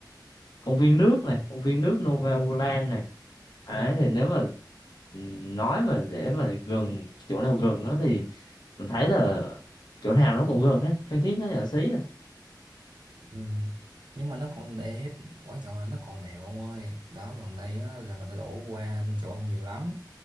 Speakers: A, on the left; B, on the right.
A: công viên nước này công viên nước Nova Land này Đấy,
B: Ừ.
A: thì nếu mà nói mà để mà gần chỗ nào gần nó thì mình thấy là chỗ nào nó cũng gần hết Phan Thiết nó nhỏ xí à
B: ừ. nhưng mà nó còn đẹp quan trọng là nó còn đẹp ông ơi đó gần đây á, là người ta đổ qua chỗ ông nhiều lắm